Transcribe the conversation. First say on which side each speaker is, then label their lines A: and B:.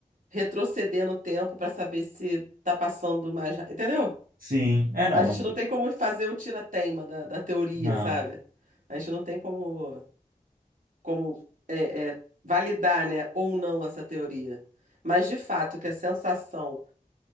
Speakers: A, on the right (about 70°); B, on the right (about 85°).
A: retroceder no tempo para saber se tá passando mais, ra- entendeu?
B: sim. É, não.
A: A gente não tem como fazer o tira-teima da, da teoria,
B: Não,
A: sabe? A gente não tem como, como é, é, validar, né, ou não essa teoria. Mas de fato que a sensação,